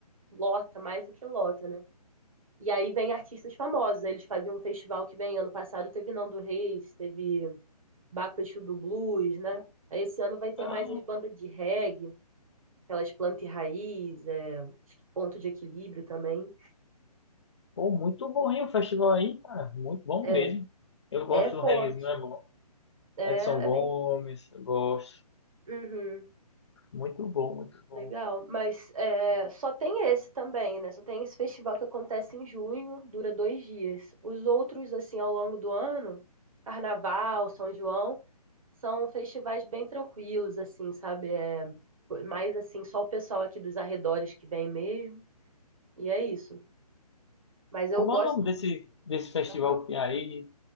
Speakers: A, on the right; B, on the left.
A: lota, mais do que lota, né? E aí vem artistas famosos. aí Eles fazem um festival que vem ano passado, teve Nando Reis, teve Baco Exu do Blues, né? Aí esse ano vai ter
B: Ah,
A: mais as bandas de reggae, aquelas planta e raiz, é, acho que ponto de equilíbrio também.
B: pô, muito bom, hein, o festival aí, cara, muito bom
A: É,
B: mesmo. Eu gosto
A: é forte.
B: do reggaezinho, é bom.
A: É,
B: Edson Gomes,
A: é bem.
B: eu gosto.
A: Uhum.
B: Muito bom, muito bom.
A: Legal, mas é, só tem esse também, né? Só tem esse festival que acontece em junho, dura dois dias. Os outros, assim, ao longo do ano, Carnaval, São João, são festivais bem tranquilos, assim, sabe? É, mais assim, só o pessoal aqui dos arredores que vem mesmo, e é isso. Mas eu
B: Como
A: gosto.
B: é o nome desse, desse festival
A: Aham.
B: que tem aí?